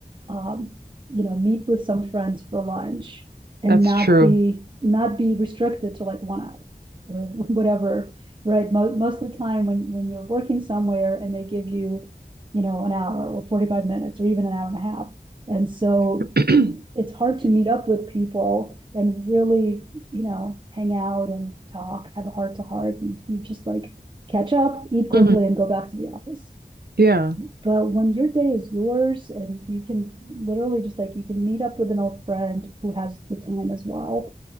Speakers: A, on the right; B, on the right.
A: um, you know, meet with some friends for lunch and
B: that's
A: not
B: true.
A: be not be restricted to like one hour or <laughs> whatever, right? Most most of the time when when you're working somewhere and they give you, you know, an hour or 45 minutes or even an hour and a half. And so
B: <clears throat>
A: it's hard to meet up with people and really, you know, hang out and talk, have a heart to heart. You, you just like catch up, eat quickly,
B: Mhm.
A: and go back to the office.
B: Yeah,
A: But when your day is yours and you can literally just like you can meet up with an old friend who has the time as well.